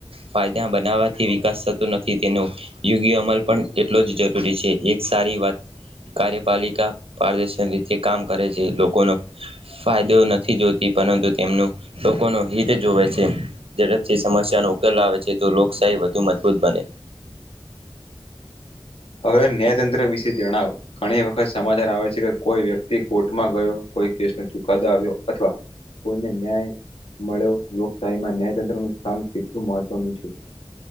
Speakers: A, on the right; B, on the left.
A: ફાયદા બનાવવાથી વિકાસ થતો નથી તેનો યોગ્ય અમલ પણ એટલો જ જરૂરી છે એક સારી વાત કાર્યપાલિકા પાદર્શન રીતે કામ કરે છે લોકોનો ફાયદો નથી જોતી પરંતુ તેમનું લોકો નો હિત જોવે છે. ઝડપથી સમસ્યા નો કર લાવે છે તો લોકશાહી વધુ મજબૂત બને.
B: હવે ન્યાયતંત્ર વિશે જણાવો. ઘણી વખત સમાચાર આવે છે કે કોઈ વ્યક્તિ કોર્ટમાં ગયો કોઈ કેસ ને ચુકાદો આવ્યો અથવા કોઈને ન્યાય મળ્યો લોકશાહીમાં ન્યાયતંત્ર નું સ્થાન કેટલું મહત્વનું છે.